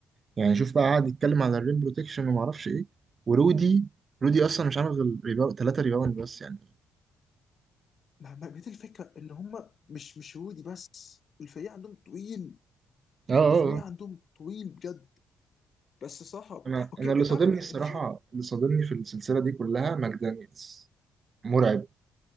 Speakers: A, on the right; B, on the left.
A: يعني شوف بقى قعد يتكلم على الريم بروتكشن وما اعرفش ايه ورودي رودي اصلا مش عامل غير ريباوند ثلاثه ريباوند بس يعني
B: مع مع بقية الفكرة ان هم مش مش هودي بس الفريق عندهم طويل
A: اه اه
B: الفريق
A: آه.
B: عندهم طويل بجد بس صراحة
A: انا
B: اوكي
A: انا اللي
B: انت
A: صادمني
B: عارف انا
A: الصراحه
B: انت ش...
A: اللي صادمني في السلسله دي كلها ماك دانيels مرعب